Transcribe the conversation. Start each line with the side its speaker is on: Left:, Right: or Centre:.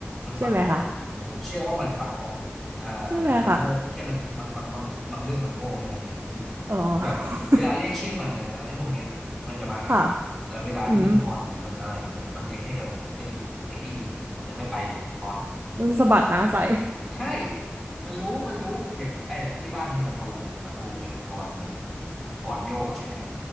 Centre: มันฟังออกครับผมผมเชื่อว่ามันฟังออกอ่าแต่มันโง่แค่มันบางบางบางบางเรื่องมันโง่แค่นั้นเองก็คือ
Right: ใช่ไหมคะใช่ไหมคะเอ
Centre: แบบเวลาเรียกชื่อมันนะไอ้พวกเนี้ยมันจะมาหา
Right: อ <laughs> ค่ะ
Centre: แต่เวลาที่มันงอนหรือมันอะไรอย่างเงี้ยมันจะแค่แบบเหมือนกระดิกเอ้ยได้ยินแต่ไม่ไปหรอกงอน
Right: อืมแล้วสะบัดหน้าใส่
Centre: ใช่ มันรู้ มันรู้ อย่างไอ้แบบที่บ้านมีประตูแบบประตูเป็นกลอนแบบกลอนโยกใช่ไหม